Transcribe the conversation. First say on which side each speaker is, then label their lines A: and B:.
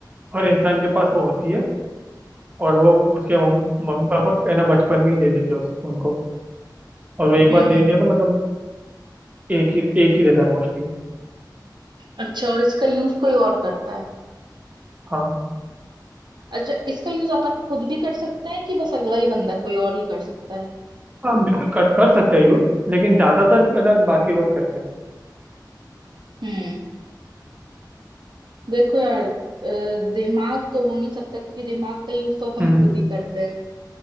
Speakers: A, on the right; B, on the right.
A: हर इंसान के पास वो होती है और वो उसके मम- मम्मी पापा है ना बचपन में ही दे देते हैं उस- उनको और वो एक बार
B: हम्म
A: दे दिया तो मतलब एक ही एक ही रहता है मोस्टली
B: अच्छा और इसका यूज कोई और करता है
A: हाँ
B: अच्छा इसका यूज अपन खुद भी कर सकते हैं कि बस अगला ही बंदा कोई और ही कर सकता है
A: हाँ बिल्कुल कर कर सकते हैं यूज लेकिन ज्यादातर है ना बाकी लोग करते हैं
B: हम्म देखो यार अ, दिमाग तो हो नहीं सकता क्योंकि दिमाग का यूज तो अपन
A: हम्म
B: खुद ही करते हैं